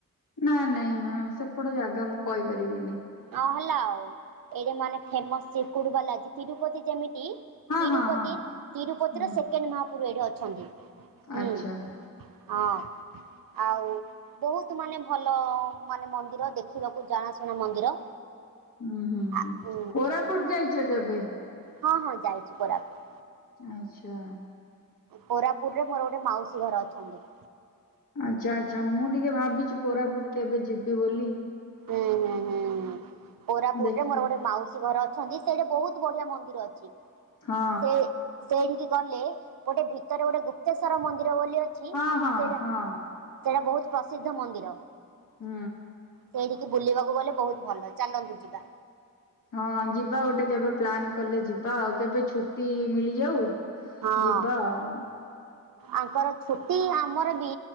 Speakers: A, on the left (about 65°); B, on the right (about 85°).
A: ନା ନାଇଁ ଉଁ ସେପଟ ଜାଗା ମୁଁ କଇପାରିବିନି।
B: ଅ ହେଲା ଆଉ, ଏଇଠି ମାନେ ଫେମସ୍ ଚିରକୁଡ ବାଲାଜୀ ତିରୁପତି ଯେମିତି
A: ହଁ
B: ତିରୁପତି
A: ହଁ ହଁ।
B: ତିରୁପତିର
A: ହୁଁ
B: ସେକେଣ୍ଡ ମହାପୁରୁ ଏଇଠି ଅଛନ୍ତି। ହୁଁ।
A: ଆଚ୍ଛା।
B: ହଁ। ଆଉ ବହୁତ ମାନେ ଭଲ ମାନେ ମନ୍ଦିର ଦେଖିବାକୁ ଜଣାଶୁଣା ମନ୍ଦିର।
A: ଉଁ ହୁଁ,
B: ଆ ଉଁ
A: କୋରାପୁଟ ଯାଇଛ କେବେ?
B: ହ- ହଁ ଯାଇଛି କୋରାପୁଟ।
A: ଆଚ୍ଛା।
B: କୋରାପୁୁଟରେ ମୋର ଗୋଟେ ମାଉସୀ ଘର ଅଛନ୍ତି।
A: ଆଚ୍ଛା-ଆଚ୍ଛା, ମୁଁ ଟିକେ ଭାବିଛି କୋରାପୁଟ କେବେ ଯିବି ବୋଲି।
B: ଉଁ-ହୁଁ-ହୁଁ କୋରାପୁଟରେ
A: ଦେଖି
B: ମୋର ଗୋଟେ ମାଉସ୍ ସେ ଘରେ ଅଛନ୍ତି, ସେଇଠି ବହୁତ ବଢିଆ ମନ୍ଦିର ଅଛି
A: ହଁ
B: ସେ ସେଇଠିକି ଗଲେ ଗୋଟେ ଭିତରେ ଗୋଟେ ଗୁପ୍ତେଶ୍ଵର ମନ୍ଦିର ବୋଲି ଅଛି
A: ହଁ ହଁ
B: ସେଇଟ
A: ହଁ
B: ସେଇଟା ବହୁତ୍ ପ୍ରସିଦ୍ଧ ମନ୍ଦିର।
A: ହୁଁ।
B: ସେଇଠିକି ବୁଲିବାକୁ ଗଲେ ବହୁତ୍ ଭଲ ଚାଲନ୍ତୁ ଯିବା
A: ହଁ ଯିବା ଗୋଟେ କେବେ ପ୍ଲାନ୍ କଲେ ଯିବା ଆଉ କେବେ ଛୁଟି ମିଳିଯାଉ
B: ହଁ।
A: ଯିବା ଆଉ
B: ଆଙ୍କର ଛୁଟି ଆମର ବି